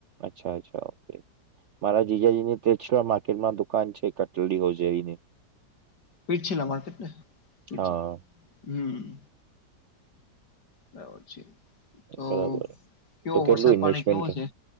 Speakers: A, on the right (about 70°); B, on the left (about 70°).
A: અચ્છા અચ્છા ઓકે મારા જીજાજી ની તે માર્કેટમાં દુકાન છે કટલેરી હોજીયરીની
B: પીટ છેર્કેટ પી
A: હા
B: <unintelligible> હમ બરાબર છે. તો
A: બરાબર
B: કેવો
A: તો
B: વરસાદ
A: કેટલું ઇન્વેસ્ટમેન્ટ
B: પાણી કેવો
A: કર
B: છે